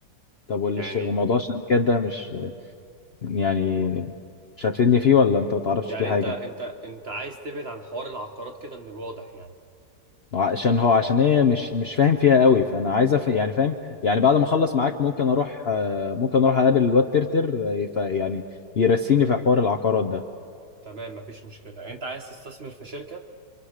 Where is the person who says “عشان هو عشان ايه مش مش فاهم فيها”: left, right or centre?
Left